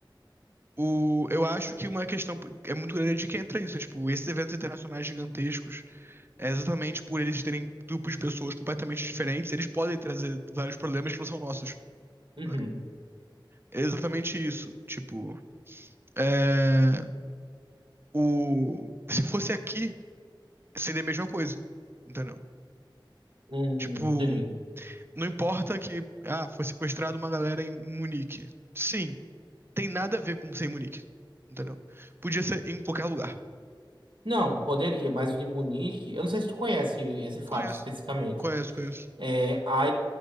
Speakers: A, on the right; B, on the right.
A: O, eu acho que uma questão é muito grande é de que entra isso. É, tipo, esses eventos internacionais gigantescos, é exatamente por eles terem grupos de pessoas completamente diferentes, eles podem trazer vários problemas que não são nossos.
B: Uhum.
A: né? É exatamente isso. Tipo, é, o, se fosse aqui, seria a mesma coisa. Entendeu?
B: Uhum,
A: Tipo,
B: entendi.
A: não importa que, ah, foi sequestrado uma galera em Munique. Sim, tem nada a ver com ser em Munique. Entendeu? Podia ser em qualquer lugar.
B: Não, poderia, mas o de Munique, eu não sei se tu conhece esse fato
A: Conheço,
B: especificamente.
A: conheço, conheço.
B: É, a,